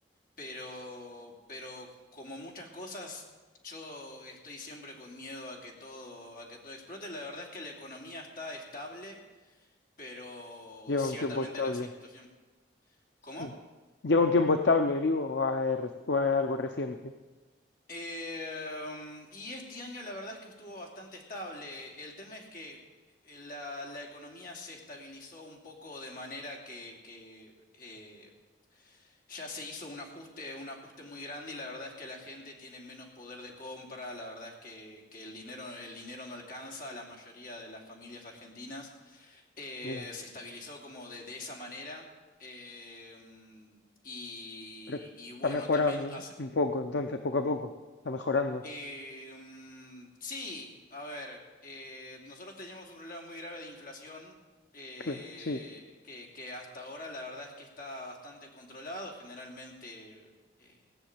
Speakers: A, on the left; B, on the left.
A: pero, pero como muchas cosas, yo estoy siempre con miedo a que todo, a que todo explote. La verdad es que la economía está estable, pero
B: Lleva
A: ciertamente
B: un tiempo estable.
A: la situación. ¿Cómo?
B: Sí. Lleva un tiempo estable, digo, o es, re- o es algo reciente.
A: Em, y este año la verdad es que estuvo bastante estable. El tema es que eh, la, la economía se estabilizó un poco de manera que, que, eh, ya se hizo un ajuste, un ajuste muy grande y la verdad es que la gente tiene menos poder de compra, la verdad es que, que el dinero, el dinero no alcanza a la mayoría de las familias argentinas. Eh,
B: Ya.
A: se estabilizó como de, de esa manera. Em, y,
B: Pero
A: y bueno,
B: está mejorando
A: también hace...
B: un poco, entonces, poco a poco. Está mejorando.
A: Eh, mm, sí, a ver, eh, nosotros teníamos un problema muy grave de inflación eh,
B: Claro, sí.
A: que, que hasta ahora la verdad es que está bastante controlado. Generalmente eh,